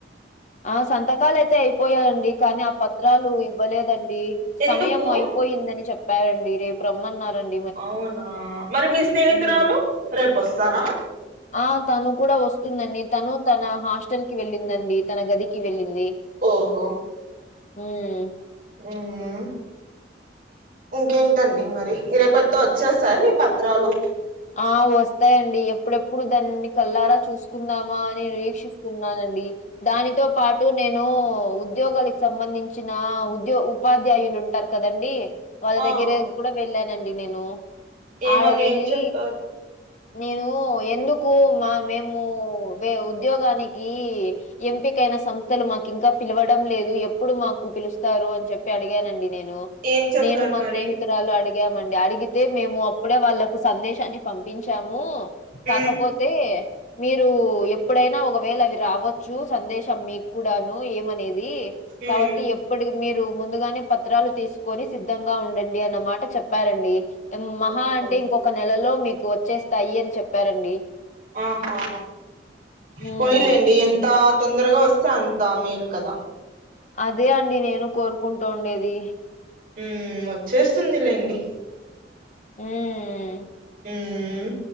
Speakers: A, on the left (about 40°); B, on the right (about 45°).
A: ఆ సంతకాలు అయితే అయిపోయాయండి కానీ ఆ పత్రాలు ఇవ్వలేదండి
B: ఎందుకు
A: సమయం అయిపోయిందని చెప్పారండి రేపు రమ్మన్నారన్
B: అవునా మరి మీ స్నేహితురాలు
A: ఉమ్
B: రేపొస్తారా
A: ఆ తను కూడా వస్తుందండి తను తన హాస్టల్ కి వెళ్ళిందండి తన గదికి వెళ్ళింది
B: ఓహో
A: హ్మ్
B: హ్మ్ ఇంకేంటండి
A: ఉమ్
B: మరి రేపటితో వచ్చేస్తాయ మీ పత్రాలు
A: ఆ వస్తాయండి ఎప్పుడెప్పుడు దాన్ని కల్లారా చూసు కుందామా అని నిరీక్షిస్తున్నానండి దానితో పాటు నేను ఉద్యోగాలకు సంబంధించిన ఉద్యో ఉపాధ్యాయులు ఉంటారు కదండి వాళ్ళ
B: ఆ
A: దగ్గర కూడా వెళ్ళానండి నేను
B: ఏమని
A: ఆడ వెళ్ళి
B: ఏం చెప్ప
A: నేను ఎందుకు మా మేం వు వే ఉద్యోగానికి ఎంపికైన సంస్థలు మాకు ఇంకా పిలవడం లేదు ఎప్పుడు మాకు పిలుస్తారు అని చెప్పి అడిగానండి నేను
B: ఏం చెప్పారు
A: నేను మా
B: మరి
A: స్నేహితురాలు అడిగామండి అడిగితే మేము అప్పుడే వాళ్ళకు సందేశాన్ని పంపించాము కాకపో
B: ఉమ్
A: తే మీరు ఎప్పుడైనా ఒకవేళ అవి రావచ్చు సందేశ్ మీక్కూడాను ఏమనేది
B: ఉమ్
A: కాబట్టి ఎప్పడి మీరు ముందుగానే పత్రాలు తీసుకొని సిద్ధంగా ఉండండి అన్న మాట చెప్పారండి మహా
B: ఓహో
A: అంటే ఇంకొక నెలలో మీకు వచ్చేస్తాయి అని చెప్పారండి
B: ఆహా
A: హ్మ్.
B: పోనిలేండి ఎంత తొందరగా వస్తే అంత మేలు కదా
A: అదే అండి నేను కోరుకుంటూ ఉండేది
B: ఉమ్ వచ్చేస్తుందిలేండి
A: ఉమ్
B: మ్మ్